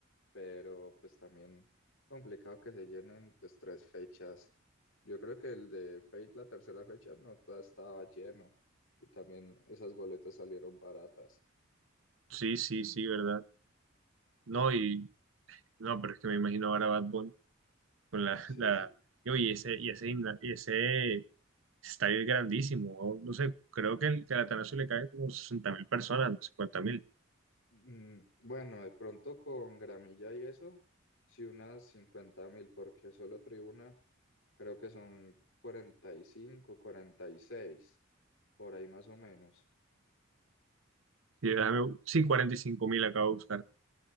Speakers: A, on the left; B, on the right.
A: pero pues también complicado que se llenen pues tres fechas. Yo creo que el de Fate, la tercera fecha, no toda estaba lleno y también esas boletas salieron baratas.
B: Sí, sí, sí, ¿verdad? No, y no, pero es que me imagino ahora Bad Bunny. con la,
A: Sí,
B: <laughs> la y oye, ese, y ese, gimna- y ese estadio es grandísimo, o no sé, creo que el, que al Atanasio le cae como 60 mil personas, no cincuenta mil,
A: Mm, bueno, de pronto con gramilla y eso, sí unas cincuenta mil, porque solo tribuna. Creo que son cuarenta cuarenta y cinco, cuarenta y seis, por ahí más o menos.
B: sí, déjame- sí, 45 mil acabo de buscar,